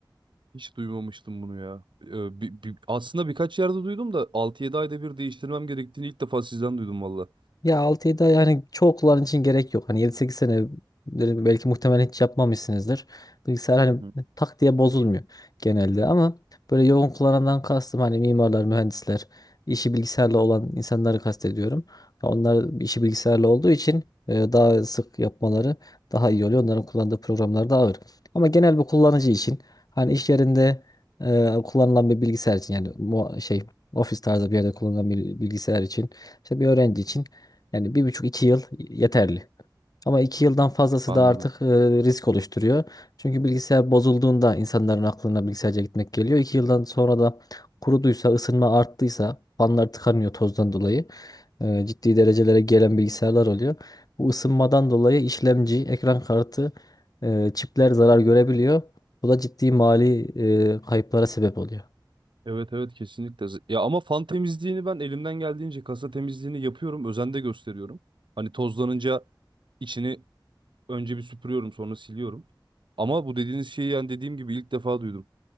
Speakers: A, on the right (about 75°); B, on the left (about 50°).
A: Hiç duymamıştım bunu ya. Ee, bi- bi- aslında birkaç yerde duydum da altı yedi ayda bir değiştirmem gerektiğini ilk defa sizden duydum valla.
B: Ya 6-7 ay hani çoğu kullanıcı için gerek yok. Hani yedi sekiz sene belki muhtemelen hiç yapmamışsınızdır. Bilgisayar hani
A: Hı hı.
B: tak diye bozulmuyor genelde ama böyle yoğun kullanandan kastım hani mimarlar, mühendisler, işi bilgisayarla olan insanları kastediyorum. Ya Onlar işi bilgisayarla olduğu için e, daha sık yapmaları daha iyi oluyor. Onların kullandığı programlar daha ağır. Ama genel bir kullanıcı için hani iş yerinde e, kullanılan bir bilgisayar için yani mu- şey ofis tarzı bir yerde kullanılan bir bilgisayar için işte bir öğrenci için yani bir buçuk iki yıl yeterli. Ama iki yıldan fazlası
A: Anladım.
B: da artık e, risk oluşturuyor. Çünkü bilgisayar bozulduğunda insanların aklına bilgisayarca gitmek geliyor. İki yıldan sonra da kuruduysa, ısınma arttıysa, fanlar tıkanıyor tozdan dolayı. E, ciddi derecelere gelen bilgisayarlar oluyor. Bu ısınmadan dolayı işlemci, ekran kartı, e, çipler zarar görebiliyor. Bu da ciddi mali e, kayıplara sebep oluyor.
A: Evet evet kesinlikle. Z- Ya ama fan temizliğini ben elimden geldiğince kasa temizliğini yapıyorum. Özen de gösteriyorum. Hani tozlanınca içini önce bir süpürüyorum sonra siliyorum. Ama bu dediğiniz şeyi yani dediğim gibi ilk defa duydum.